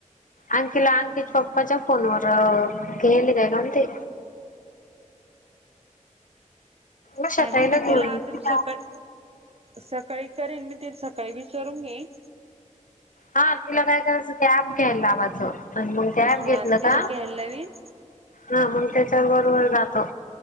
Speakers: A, on the left (about 80°); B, on the right (about 50°).
A: अंकीला अंकीच्या पप्पाच्या फोनवर घ्याले काय का म्हण ते........ उषा
B: काय
A: ताईला
B: म ते
A: घेऊन
B: तिला आता सकट..... सकाळी करेन मी ते सकाळी व विचारून येईन.....
A: हा तिला काय करायचं अँप घ्याल लावायचा चं आणि मग अँप
B: हा
A: घेतलं
B: तिला
A: का?
B: घ्यायला लावीन
A: हा मग त्याच्याबरोबर राहतो